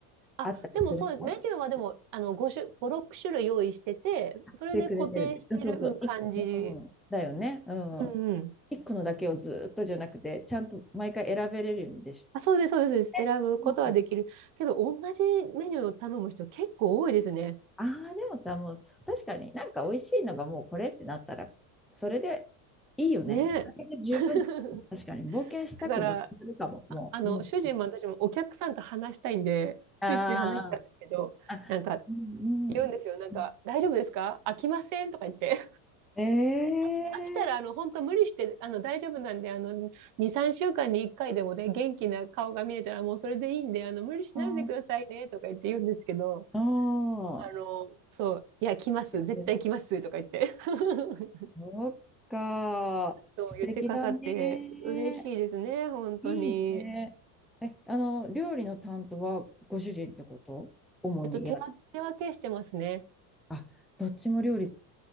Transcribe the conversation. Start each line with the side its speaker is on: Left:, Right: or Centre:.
Right: あ、
Centre: あったりするの
Right: でもそうです。メニューはでも、あの、5種、5、6種類用意してて、それで固定してる、
Centre: してくれてるで。うんそうそう。
Right: うん、感じ。
Centre: い、うん、だよね。うん。
Right: うんうん。
Centre: 一個のだけをずっとじゃなくて、ちゃんと毎回選べれるんでし
Right: あ、そうです、そうです、そうです。
Centre: ょ。
Right: 選ぶことはできる。
Centre: うん、
Right: けど、同じメニューを頼む人結構多いですね。
Centre: ああ、でもさ、もう確かになんか美味しいのがもうこれってなったら、それでいいよね。
Right: ねえ。
Centre: それで十分。
Right: <laughs>
Centre: 確かに冒険したくなくなるかも、
Right: だから、
Centre: もう。
Right: ああの、
Centre: うん、
Right: 主人も私もお客さんと話したいんで、
Centre: あー
Right: ついつい話しちゃうんですけど、
Centre: あ、
Right: なんか
Centre: うんうんうんうん。
Right: 言うんですよ。なんか、大丈夫ですか飽きませんとか言って。
Centre: ええー。
Right: <laughs> 飽きたら、あの、本当無理して、あの、大丈夫なんで、あの、2、3週間に1回でもね、元気な顔が見れたらもうそれでいいんで、あの、無理しないでくださいね、
Centre: あ
Right: とか言って言うんですけど、
Centre: あ。
Right: あの、
Centre: うん
Right: そう、いや、来ます、
Centre: プレゼント
Right: 絶対来ます、とか言って。<laughs>
Centre: そっか。
Right: そう言ってくださって、
Centre: 素敵だね。
Right: 嬉しいですね、本当に。
Centre: いいね。え、あの、料理の担当はご主人ってこと主にやる。
Right: えっと、手分手分けしてますね。
Centre: あ、どっちも料理